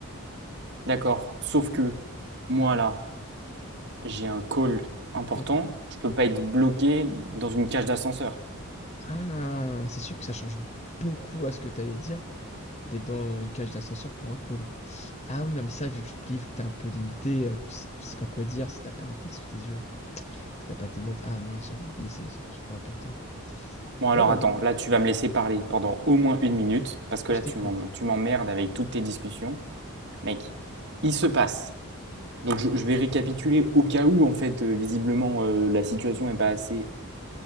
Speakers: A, on the right; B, on the left.
A: D'accord. Sauf que moi, là, j'ai un call important.
B: Mhm.
A: Je ne peux pas être bloqué dans une cage d'ascenseur.
B: Ah, c'est sûr que ça change beaucoup à ce que t'allais dire d'être dans une cage d'ascenseur pour un call. Ah oui, non, mais ça, vu que j'oublie, vu que t'es un peu limité, euh, tu sais, tu sais pas quoi dire si t'as pas un texte sous tes yeux, si t'as pas tes notes. Ah mince, j'avais oublié ce, ce- ce point important.
A: Bon, alors
B: Ouais, bah
A: attends,
B: non, bah,
A: là, tu vas me laisser parler pendant au moins une minute, parce que
B: je
A: là,
B: t'écoute.
A: tu m'em- tu m'emmerdes avec toutes tes discussions. Mec, il se passe. Donc, je, vais récapituler au cas où, en fait, euh, visiblement, euh, la situation n'est pas assez